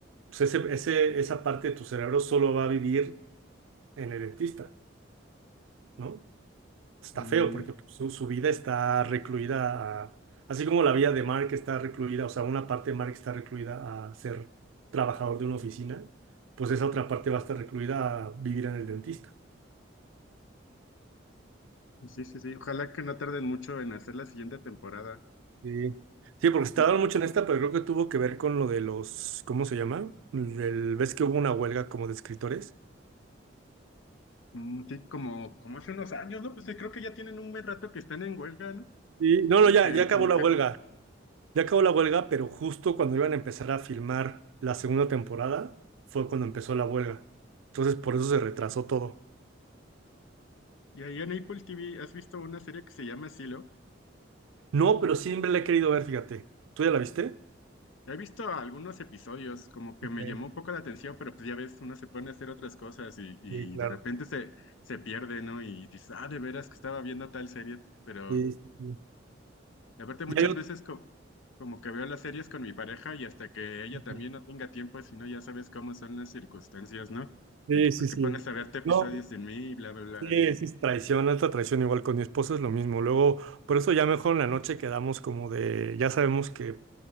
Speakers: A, on the right; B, on the left.
A: pues ese, ese, esa parte de tu cerebro solo va a vivir en el dentista, ¿no? está
B: Mm,
A: feo porque pues, su, su vida está recluida a, así como la vida de Mark está recluida, o sea, una parte de Mark está recluida a ser trabajador de una oficina, pues esa otra parte va a estar recluida a vivir en el dentista.
B: sí, sí, sí. Ojalá que no tarden mucho en hacer la siguiente temporada.
A: Sí. Sí, porque se tardaron
B: Y,
A: mucho en esta, pero creo que tuvo que ver con lo de los, ¿cómo se llama? Del, ¿ves que hubo una huelga como de escritores?
B: mm, sí, como, como hace unos años, ¿no? Pues sí, creo que ya tienen un buen rato que están en huelga, ¿no?
A: Y no,
B: Como
A: no, ya,
B: que,
A: ya acabó
B: como
A: la
B: que.
A: huelga, ya acabó la huelga, pero justo cuando iban a empezar a filmar la segunda temporada fue cuando empezó la huelga. Entonces, por eso se retrasó todo.
B: Y ahí en Apple TV, ¿has visto una serie que se llama Silo?
A: No, pero siempre la he querido ver, fíjate. ¿Tú ya la viste?
B: He visto algunos episodios, como que
A: Ok,
B: me llamó un poco la atención, pero pues ya ves, uno se pone a hacer otras cosas y, y
A: sí, claro.
B: de repente se, se pierde, ¿no? Y dices, ah, de veras que estaba viendo tal serie, pero
A: Sí, sí, sí.
B: de repente muchas
A: Ya yo,
B: veces co- como que veo las series con mi pareja y hasta que ella
A: Ok.
B: también no tenga tiempo, si no, ya sabes cómo son las circunstancias, ¿no?
A: Sí,
B: De que, ¿por
A: sí,
B: qué
A: sí.
B: pones a verte episodios
A: No,
B: sin mí? Y bla, bla, bla.
A: sí, sí. es traición, alta traición, igual con mi esposa es lo mismo. Luego, por eso ya mejor en la noche quedamos como de, ya sabemos que